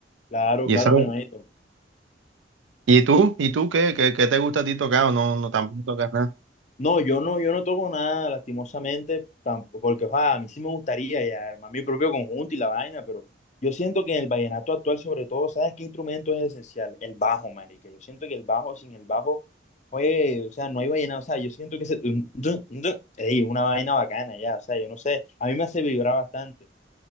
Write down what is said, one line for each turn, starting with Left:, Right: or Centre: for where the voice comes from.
Left: Claro,
Right: Y
Left: claro,
Right: eso,
Left: mi hermanito.
Right: ¿y tú? ¿Y tú qué? ¿Qué, qué te gusta a ti tocar o no, no tampoco tocas nada?
Left: No, yo no, yo no toco nada, lastimosamente, tampoco, porque ojalá, a mí sí me gustaría ya armar mi propio conjunto y la vaina, pero yo siento que en el vallenato actual, sobre todo, ¿sabes qué instrumento es esencial? El bajo, marica. Yo siento que el bajo, sin el bajo, oye, o sea, no hay vallenato, o sea, yo siento que se- un- dun- dun- Ey, es una vaina bacana ya, o sea, yo no sé, a mí me hace vibrar bastante.